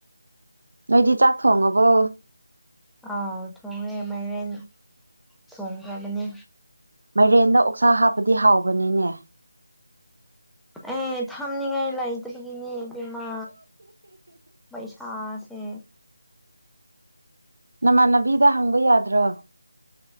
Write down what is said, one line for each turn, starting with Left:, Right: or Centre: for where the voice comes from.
Right: ꯅꯣꯏꯗꯤ ꯆꯥꯛ ꯊꯣꯡꯉꯕꯣ
Centre: ꯑꯥꯎ ꯊꯣꯡꯂꯦ ꯃꯥꯏꯔꯦꯟ ꯊꯣꯡꯈ꯭ꯔꯕꯅꯤ
Right: ꯃꯥꯏꯔꯦꯟꯗ ꯑꯣꯛꯁꯥ ꯍꯥꯞꯄꯗꯤ ꯍꯥꯎꯕꯅꯤꯅꯦ
Centre: ꯑꯦ ꯊꯝꯅꯤꯡꯉꯥꯏ ꯂꯩꯗ ꯅꯦ ꯕꯤꯃꯥ ꯄꯩꯁꯥꯥꯁꯦ
Right: ꯅꯃꯥꯟꯅꯕꯤꯗ ꯍꯪꯕ ꯌꯥꯗ꯭ꯔꯣ